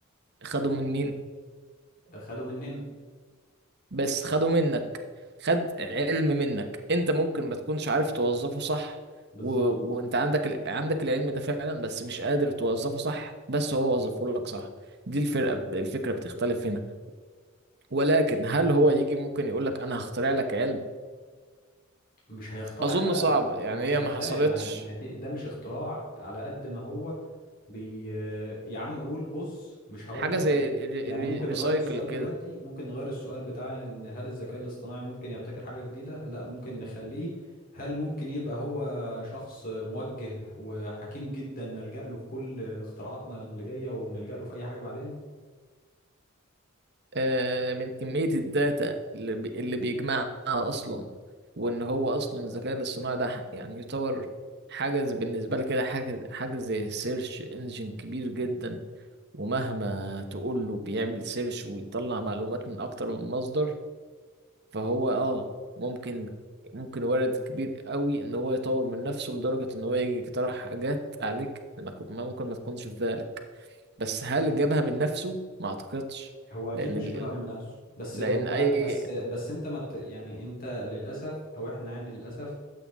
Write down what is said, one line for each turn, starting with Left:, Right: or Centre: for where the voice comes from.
Right: خدوا من مين
Left: خده مننا
Right: بس خدوا منك خد علم منك انت ممكن ما تكونش عارف توظفه صح
Left: بالظبط
Right: و... وانت عندك ال... عندك العلم ده فعلا بس مش قادر توظفه صح بس هو وظفه لك صح دي الفرقة الفكرة بتختلف هنا ولكن هل هو يجي ممكن يقول لك انا هخترع لك علم
Left: مش هيخترع
Right: اظن
Left: بقى
Right: صعبة يعني
Left: هو مش
Right: هي
Left: هيخترع
Right: ما حصلتش
Left: ما هي- ما هي دي- ده مش اختراع على قد ما هو بي يا عم قول بص مش هقول
Right: حاجة
Left: لك
Right: زي
Left: يعني يعني ممكن
Right: الريسايكل
Left: نغير السؤال
Right: كده
Left: دلوقتي ممكن نغير السؤال بتاع ان هل الذكاء الاصطناعي ممكن يبتكر حاجة جديدة لا ممكن نخليه هل ممكن يبقى هو شخص موجه وحكيم جدا نلجأ له في كل اختراعاتنا اللي جاية ونلجأ له في اي حاجة بعدين
Right: آه، من كمية الداتا اللي بي- اللي بيجمعها أصلا وإن هو أصلا الذكاء الاصطناعي ده ح- يعني يعتبر حاجة زي- بالنسبة لي كده حاجة حاجة زي سيرش انجن كبير جدا ومهما تقول له بيعمل سيرش ويطلع معلومات من أكتر من مصدر فهو آه ممكن ممكن وارد كبير قوي إن هو يطور من نفسه لدرجة إن هو يجي يقترح حاجات عليك ما ك- ممكن ما تكونش في بالك بس هل جابها من نفسه؟ ما أعتقدش
Left: هو اكيد
Right: لأن
Left: مش جابها من نفسه بس
Right: لأن
Left: هو
Right: أي
Left: بس بس انت ما ت- يعني انت للاسف او احنا يعني للاسف